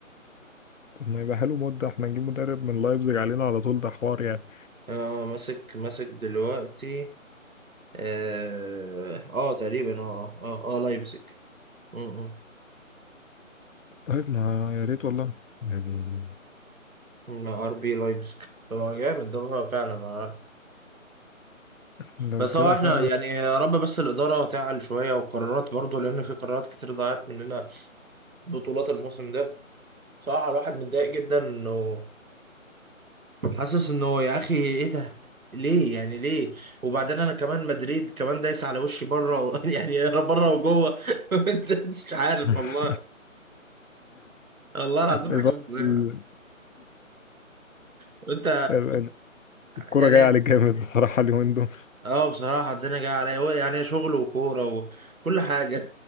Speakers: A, on the left; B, on the right.
A: طب ما يبقى حلو موت ده احنا نجيب مدرب من لايبزيج علينا على طول ده حوار يعني
B: اه ماسك ماسك دلوقتي اه آه، تقريبا اه اه اه آه، لايبزيج م- م.
A: طيب ما يا ريت والله يعني
B: مع ار بي لايبزيج طبعا جامد ده هو فعلا آه.
A: لو
B: بس
A: كده
B: هو احنا
A: فعلا
B: يعني يا رب بس الإدارة تعل شوية وقرارات برضو لأن في قرارات كتير ضاعت مننا بطولات الموسم ده صراحة الواحد متضايق جدا انه حاسس انه يا اخي ايه ده ليه يعني ليه وبعدين انا كمان مدريد كمان دايس على وشي بره و... <laughs> يعني انا بره وجوه <laughs> أنت مش عارف
A: <laughs>
B: والله والله العظيم
A: الفترة-
B: حاجه فظيعه
A: ال-
B: وانت
A: ال- الكورة
B: يعني
A: جاية عليك جامد بصراحة اليومين دول
B: اه بصراحه الدنيا جايه عليا هو يعني شغل وكوره وكل حاجه